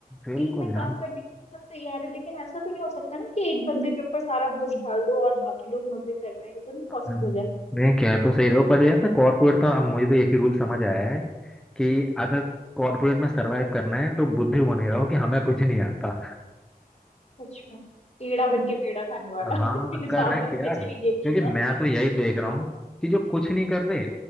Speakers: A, in the centre; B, on the left (about 45°).
A: बिल्कुल
B: टीम में
A: यार
B: काम करने के लिए सब तैयार है लेकिन ऐसा तो नहीं हो सकता ना कि एक बंदे के ऊपर सारा बोझ डाल दो और बाकी लोग मजे कर रहे हैं ये तो नहीं
A: हम्म,
B: पॉसिबल है
A: नहीं कह तो सही रहे हो पर यार कॉर्पोरेट का अब मुझे तो एक ही रूल समझ आया है कि अगर कॉर्पोरेट में सरवाइव करना है तो बुद्धू बने रहो कि हमें कुछ नहीं आता
B: सच में पेड़ा बन के पेड़ा खाने वाला
A: हाँ
B: <laughs> हिसाब
A: करेक्ट
B: होना
A: यार
B: चाहिए
A: क्योंकि
B: कि ना
A: मैं तो यही देख रहा हूँ
B: <laughs>
A: कि जो कुछ नहीं कर रहे